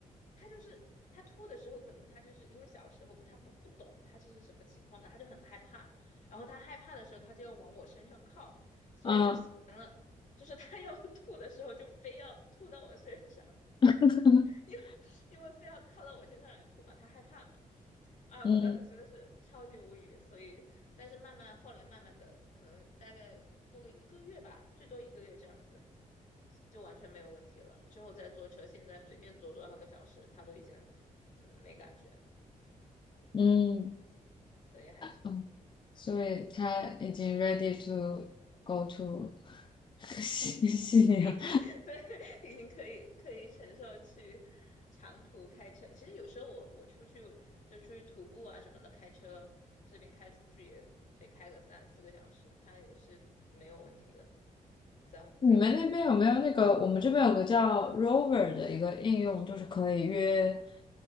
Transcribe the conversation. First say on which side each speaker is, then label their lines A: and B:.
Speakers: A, on the left; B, on the left.
A: 它就是它吐的时候，可能它就是因为小时候不，它不不懂它这是什么情况嘛，它就很害怕。然后它害怕的时候，它就要往我身上靠，所以就形成了，
B: 嗯
A: 就是它要 <laughs> 吐的时候就非要吐到我身上。
B: <laughs>
A: 因为因为非要靠到我身上来吐嘛，他害怕嘛。啊，
B: 嗯
A: 我当时真的是超级无语，所以，但是慢慢后来慢慢的，可能大概过个一个月吧，最多一个月这样子，就完全没有问题了。之后再坐车，现在随便坐多少个小时，他都已经嗯没感觉，
B: 嗯
A: 所以还是
B: 嗯，所以它已经
A: 嗯。
B: ready to go to <laughs> 悉西尼了。
A: 一天，<laughs> 对，已经可以可以承受去长途开车。其实有时候我我出去就出去徒步啊什么的，开车这边开出去也得开个三四个小时，它也是没有问题的。在在后。
B: 你们那边有没有那个？我们这边有个叫 Rover 的一个应用，就是可以约，